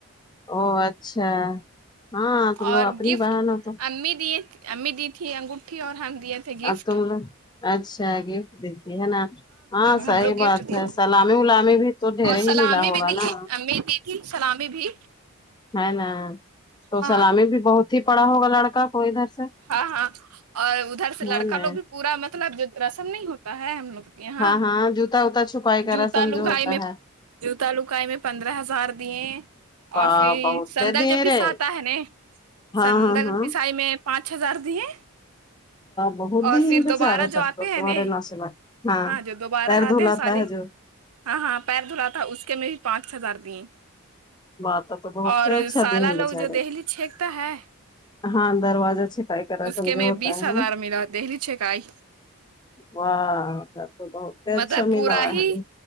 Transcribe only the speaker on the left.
او اچھا ہاں تم لوگ
اپنی
بہن ہو تو
آپ
تو لوگ اچھا آگے دیکھیے ہے نا ہاں صحیح
بات
ہے
سلامی الامی بھی تو ڈھیر
ہی
ملا ہوگا
نا
ہے نا تو
سلامی بھی بہت ہی پڑا ہوگا لڑکا کو ادھر س
ہے نا
ہاں ہاں جوتا وتا چھپائی کا
رسم
جو ہوتا
ہے
واہ
بہت
دیر
رے
ہاں
ہاں ہاں
بہت
د
پ
چاہ رہے
تب
تو
تمہارے
نوش ب ہاں
پیر
دھلاتتا
ہے جو
بات تو بہت
اچھا
دین بیچارے
ہاں دروازہ چھپائی کا رسم
جو ہوتا
ہے
واہ س تو بہت اچھاملاو
ہے نے